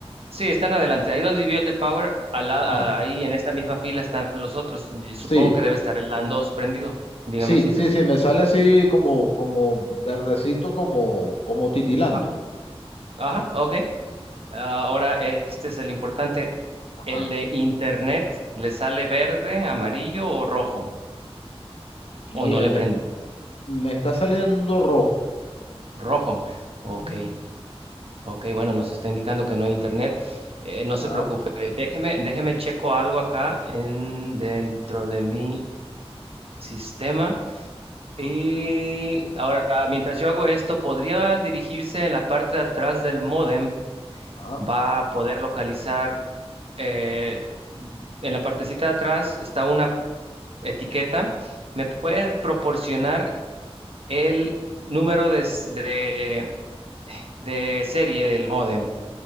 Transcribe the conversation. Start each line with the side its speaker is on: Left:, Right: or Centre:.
Right: Sí, están adelante. Ahí donde vio el de Power, al la-
Left: Ajá.
Right: a- ahí en esta misma fila están los otros. Y Supongo
Left: Sí,
Right: que debe estar el LAN 2 prendido. Dígame
Left: sí,
Right: si es
Left: sí,
Right: así.
Left: sí, me sale así como, como verdecito, como, como titilando.
Right: Ah, Ajá, ok. Ah, Ahora este es el importante.
Left: Ajá.
Right: El de Internet, ¿le sale verde, amarillo o rojo?
Left: Mira,
Right: ¿O no le
Left: me,
Right: prende?
Left: me está saliendo rojo.
Right: Rojo. Ok,
Left: Mm.
Right: ok. Bueno, nos está indicando que no hay Internet. Eh, no se
Left: Ah,
Right: preocupe. Déjeme, déjeme checo algo acá en, dentro de mi sistema. Y
Left: ah,
Right: ahora, mientras yo hago esto, podría dirigirse en la parte de atrás del módem,
Left: ah.
Right: va a poder localizar, eh, en la partecita de atrás está una etiqueta, me puede proporcionar el número de, s- de, de serie del módem,